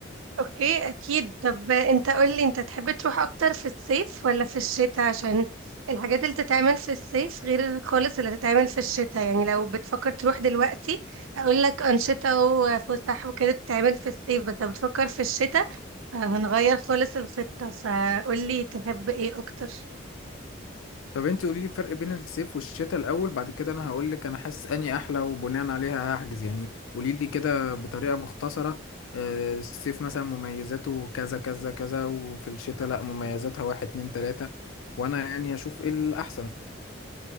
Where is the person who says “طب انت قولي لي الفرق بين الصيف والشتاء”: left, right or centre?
Left